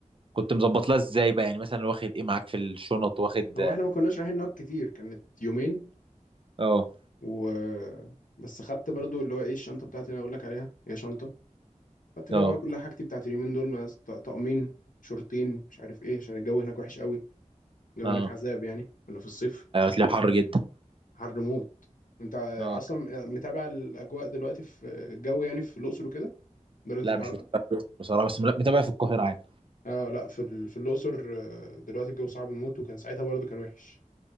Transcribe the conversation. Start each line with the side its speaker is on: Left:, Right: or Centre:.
Right: كنت مظبط لها ازاي بقى يعني مثلا واخد ايه معاك في الشنط واخد
Left: هو احنا ما كناش رايحين نقعد كتير كانت يومين
Right: اه
Left: و بس خدت برضو اللي هو ايه الشنطه بتاعتي اللي انا اقول لك عليها هي شنطه خدت فيها
Right: اه
Left: بقى كل حاجتي بتاعت اليومين دول مس- ط- طقمين شورتين مش عارف ايه عشان الجو هناك وحش قوي الجو
Right: اه
Left: هناك عذاب يعني كنا في الصيف
Right: ايوه هتلاقي حر جدا
Left: حر موت انت
Right: اه
Left: اصلا متابع الاجواء دلوقتي في الجو يعني في الاقصر وكده درجه
Right: لا
Left: الحراره
Right: مش متابع في الأقصر بصراحه بس متابع في القاهره عادي
Left: اه لا في ال... في الاقصر آه، دلوقتي الجو صعب موت وكان ساعتها برضو كان وحش